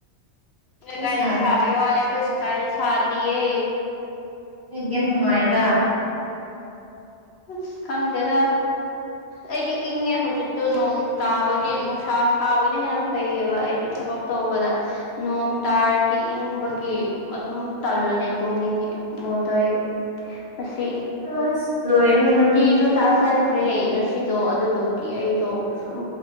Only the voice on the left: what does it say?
ꯀꯥꯏꯗ
ꯁꯥꯕꯩ ꯋꯥꯅꯦ ꯑꯩꯈꯣꯏ ꯁꯥꯏꯗ ꯁꯥꯗꯤꯌꯦ
ꯁ ꯈꯪꯗꯦꯗ ꯑꯩꯗꯤ ꯏꯪꯉꯦ ꯍꯧꯖꯤꯛꯇꯣ ꯅꯣꯡ ꯇꯥꯕꯒꯤ ꯅꯨꯡꯁꯥ ꯁꯥꯕꯅ ꯍꯦꯟꯅ ꯐꯩꯌꯦꯕ ꯑꯩꯗꯤ ꯊꯕꯛ ꯇꯧꯕꯗ ꯅꯣꯡ ꯇꯥꯔꯗꯤ ꯏꯪꯕꯒꯤ ꯑꯗꯨꯝ ꯇꯜꯂꯦ ꯇꯨꯝꯅꯤꯡꯉꯛꯑꯦ <unintelligible> ꯑꯁꯤ
ꯎꯇꯤꯁꯨ ꯁꯥꯥꯁꯟ꯭ꯔꯦ <inaudible> ꯑꯩꯗꯣ ꯑꯗꯨꯗꯨꯒꯤ ꯑꯩꯗꯣ ꯁꯨꯝ